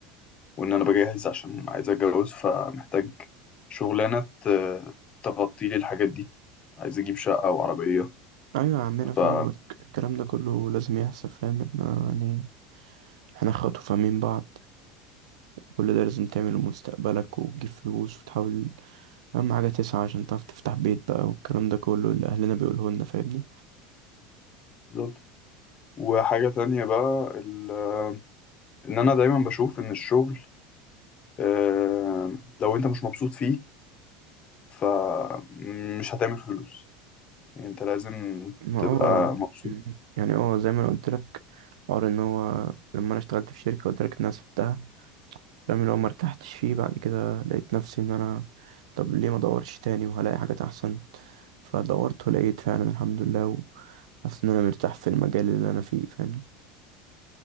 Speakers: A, on the left (about 35°); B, on the right (about 70°).
A: وان انا بجهز عشان عايز اتجوز فمحتاج شغلانه ت- تغطي لي الحاجات دي عايز اجيب شقه وعربيه
B: ايوه يا عمنا فاهمك
A: ف
B: الكلام ده كله لازم يحصل فاهم احنا يعني احنا اخوات وفاهمين بعض كل ده لازم تعمله مستقبلك وتجيب فلوس وتحاول اهم حاجه تسعى عشان تعرف تفتح بيت بقى والكلام ده كله اللي اهلنا بيقوله لنا فاهمني
A: بالظبط وحاجه تانية بقى ال- ان انا دايما بشوف ان الشغل آه، لو انت مش مبسوط فيه فمش هتعمل فلوس يعني انت لازم
B: ما
A: تبقى
B: اه
A: مبسوط
B: يعني اه زي ما انا قلت لك حوار ان هو لما انا اشتغلت في شركه قلت لك الناس بتاعها فاهم اللي هو ما ارتحتش فيه بعد كده لقيت نفسي ان انا طب ليه ما ادورش تاني وهلاقي حاجات احسن فدورت ولقيت فعلا الحمد لله حاسس ان انا مرتاح في المجال اللي انا فيه فاهمني